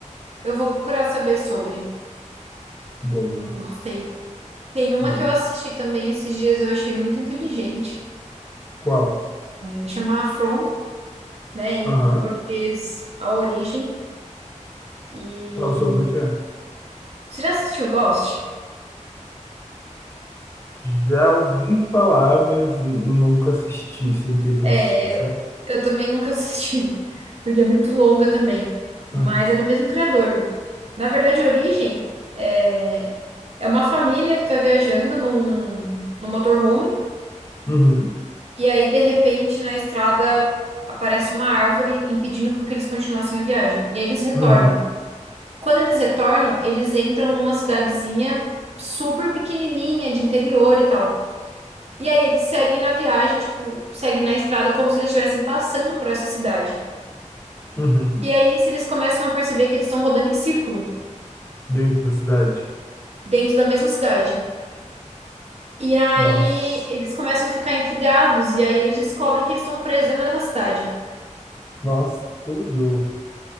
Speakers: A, on the right; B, on the left.
A: Eu vou procurar saber sobre.
B: Boa,
A: Gostei. Tem uma
B: boa.
A: que eu assisti também esses dias, eu achei muito inteligente.
B: Qual?
A: É, Chama From, né? Em,
B: Aham.
A: em português, A Origem. E
B: Fala sobre o que é.
A: Você já assistiu Lost?
B: Já ouvi falar, mas nunca assisti, sentei para
A: É,
B: assistir, sabe?
A: eu, eu também nunca assisti, <laughs> porque é muito longa também. Mas
B: Aham.
A: é do mesmo criador. Na verdade, a origem é, é uma família que está viajando num, num motorhome,
B: Uhum.
A: e aí, de repente, na estrada aparece uma árvore impedindo com que eles continuassem a viagem. E aí eles retornam.
B: Uhum.
A: Quando eles retornam, eles entram numa cidadezinha super pequenininha de interior e tal. E aí eles seguem na viagem, tipo, seguem na estrada como se eles estivessem passando por essa cidade.
B: Uhum.
A: E aí nisso eles começam a perceber que eles estão rodando em círculo,
B: Dentro da cidade.
A: dentro da mesma cidade. E aí
B: Nossa.
A: eles começam a ficar intrigados, e aí eles descobrem que eles estão presos dentro dessa cidade.
B: Nossa, tudo.